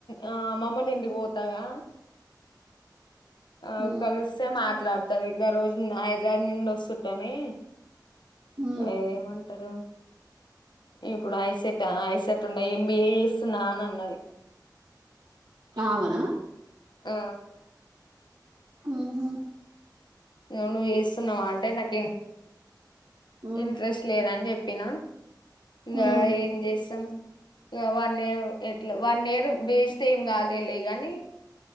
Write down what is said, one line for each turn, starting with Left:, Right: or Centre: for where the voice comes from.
Left: ఆ అమ్మమ్మలు ఇంటికి పోతాగా ఆ
Right: ఉ
Left: కలిస్తే మాట్లాడుతది ఇంగ్ రోజు హైద్రాద్ నుండి వస్త్ చట్టానే
Right: ఉ
Left: <unintelligible> ఏమంటారు ఇప్పుడు ఐసెట్ ఐసెట్ తునై ఎంబిఏ చేస్తున్నాను అన్నది
Right: అవాన
Left: ఆ
Right: ఉమ్
Left: ఇంగ్ నువ్వు చేస్తున్నావా అంటే నాకు ఇన్
Right: మ్మ్
Left: ఇంట్రెస్ట్ లేద అని చెప్ప పిన <unintelligible> ఇంగా
Right: మ్మ్
Left: ఏం చేస్తాం ఇగ వన్ ఇయర్ ఎట్లా వన్ ఇయర్ వేస్ట్ ఏం కాలేలే గానీ